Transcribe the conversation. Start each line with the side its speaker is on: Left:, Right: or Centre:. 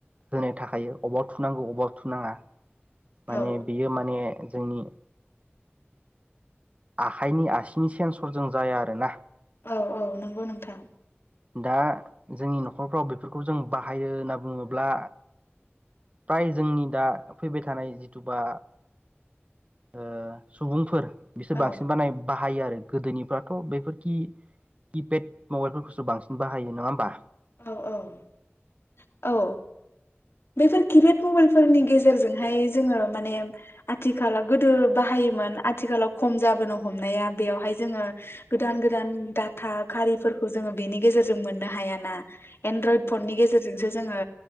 Right: होनाय थाखायो अबाव थुनांगौ अबाव थुनाङा माने
Left: औ
Right: बियो माने जोंनि आखाइनि आसिनि सेन्सरजों जाया आरोना
Left: औ औ नंगौ नोंथां
Right: दा जोंनि न'खरफ्राव बेफोरखौ जों बाहायो होनना बुङोब्ला फ्राय जोंनि दा फैबाय थानाय जिथुबा ओ सुबुंफोर बिसोर
Left: औ
Right: बांसिन बानायनाय बाह थायो आरो गोदोनिफ्राथ' बेफोरखि किपेड मबाइलफोरखौसो बांसिन बाहायो नङा होमबा
Left: औ औ औ बेफोर किपेद मबाइलफोरनि गेजेरजोंहाय जोङो मान ने आथिखालाव गोदो बाहायोमोन आथ थिखालाव खम जोनो हमनाया बेयावहाय जोङो गोदान गोदान डाटा खारिफोरखौ जोङो बेनि गेजेरजों मोननो हाया ना एनड्रयद फननि गेजेरजोंसो जोङो